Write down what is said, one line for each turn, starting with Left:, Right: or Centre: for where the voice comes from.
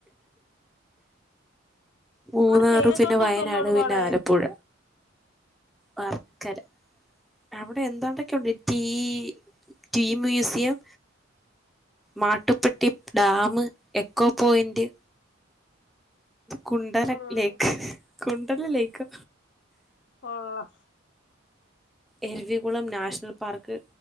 Centre: മൂന്നാറ്
Left: അവിടെ തേയിലത്തോട്ടൊക്കെ
Centre: പിന്നെ വയനാട്
Left: അല്ലേ ഉള്ളൂ
Centre: പിന്നെ
Left: കാണാൻ
Centre: ആലപ്പുഴ വർക്കല അവിടെ എന്തോണ്ടൊക്കെണ്ട് tea tea museum Mattupetty dam echo point Kundala
Left: ഉം
Centre: ലേക്ക് കുണ്ടല ലേക്കെ
Left: കൊള്ളാം
Centre: Eravikulam national park